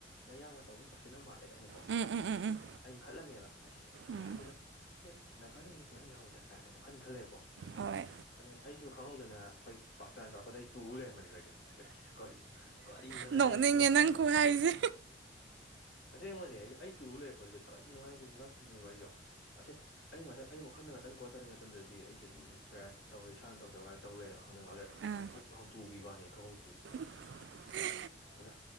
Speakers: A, on the left; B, on the right.
A: ꯃꯌꯥꯅ ꯇꯧꯕꯒ ꯇꯧꯁꯤꯟꯅ ꯃꯥꯜꯂꯦ ꯀꯥꯏꯅ
B: ꯎꯝ ꯎꯝ ꯎꯝ ꯎꯝ
A: ꯑꯩꯁꯨ ꯈꯜꯂꯝꯃꯦꯕ ꯑꯁ
B: ꯎꯝ
A: ꯌꯥꯗꯦꯗ ꯑꯦ ꯅꯥꯒꯥꯂꯦꯟꯒꯤ ꯃꯤꯁꯨ ꯃꯌꯥꯝ ꯌꯥꯎꯔꯤꯗ ꯀꯥꯏꯅ ꯋꯥ ꯈꯜ ꯈꯜꯂꯦꯕꯀꯣ
B: ꯍꯣꯏ
A: ꯑꯗꯨ ꯑꯩꯁꯨ ꯈꯪꯍꯧꯗꯅ ꯑꯩꯈꯣꯏ ꯄꯥꯁꯇꯥꯟ ꯇꯧꯔꯛꯄꯗ ꯑꯩ ꯇ ꯂꯩꯔꯝꯕꯅꯦꯈꯣꯏꯁꯨ ꯑꯁ ꯀꯔꯤ ꯀꯔꯤꯅꯣꯅꯦ
B: ꯅꯣꯛꯅꯤꯡꯉꯦ
A: ꯑꯩꯁꯤꯁꯨ
B: ꯅꯪ ꯈꯨꯍꯥꯏꯁꯦ
A: ꯑꯁꯦꯡꯕꯣꯟꯅꯦ ꯑꯩ ꯇꯨꯕ ꯂꯩꯔꯛꯄꯗꯨꯗ ꯀꯔꯤꯅꯣ ꯍꯥꯏ ꯑꯩꯁꯨ ꯉꯛꯄꯤꯅꯦꯕ ꯑꯩꯁꯨ ꯑꯁ ꯑꯩꯅ ꯉꯥꯛꯇꯪ ꯑꯩ ꯋꯥꯈꯜ ꯉꯥꯛꯇꯪ ꯀꯣ ꯇꯧꯔꯤꯉꯩ ꯃꯇꯝꯗꯗꯤ ꯑꯩꯦ ꯑꯗꯨꯝ ꯄ꯭ꯔꯦꯌꯔ ꯇꯧꯒ ꯏꯁꯥꯅ ꯇꯧꯖꯧ ꯍꯥꯏꯕ ꯇꯧ ꯂꯩꯔꯕ ꯑꯗꯨꯅ ꯉꯥꯏꯥꯛ ꯂꯩꯔꯦ
B: ꯑꯥ
A: ꯕꯨꯛ ꯇꯨꯒꯤ ꯋꯥꯅꯦ ꯈꯍꯗꯦ
B: <unintelligible>
A: ꯑꯗ